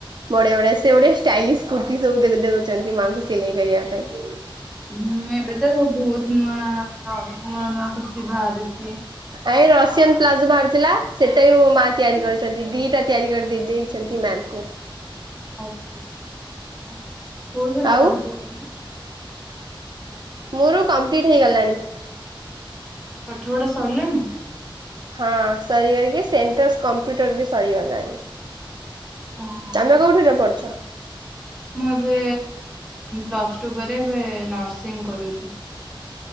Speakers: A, on the right (about 55°); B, in the centre.
A: ବଢିଆ ବଢିଆ ସେ ଗୋଟେ ଷ୍ଟାଇଲିସ୍ କୁର୍ତି ସବୁ ଦେ-ଦେଉଚନ୍ତି ମାଙ୍କୁ ସିଲେଇ କରିବା ପାଇଁ।
B: ହୁଁ ଏବେ ତ ବହୁତ ନୂଆ ନୂଆ ନୂଆ କୁର୍ତ୍ତି ବାହାରୁଚି।
A: ଏଇ ରସିଆନ ପ୍ଲାଜୋ ବାହାରିଥିଲା ସେଇଟା ବି ମୋ ମା ତିଆରି କରିଚନ୍ତି ଦିଟା ତିଆରି କରି-ଦେଇଚନ୍ତି ମ୍ୟାମ୍ ଙ୍କୁ।
B: <unintelligible> କୋଉ ଥିରେ
A: ଆଉ
B: ପଢ଼ୁଚ କୁହନି।
A: ମୋର କମ୍ପ୍ଲିଟ ହେଇଗଲାଣି
B: ପାଠ ପଢା ସରିଲାଣି
A: ହଁ ସରିଗାଇକି ସେଣ୍ଟର୍ କମ୍ପ୍ୟୁଟର ବି ସରିଗଲାଣି।
B: ଓହୋ।
A: ତମେ କୋଉଠିରେ ପଢୁଛ
B: ମୁଁ ଏବେ ପ୍ଲସ୍ ଟୁ ପରେ ଏବେ ନର୍ସିଂ କରୁଚି।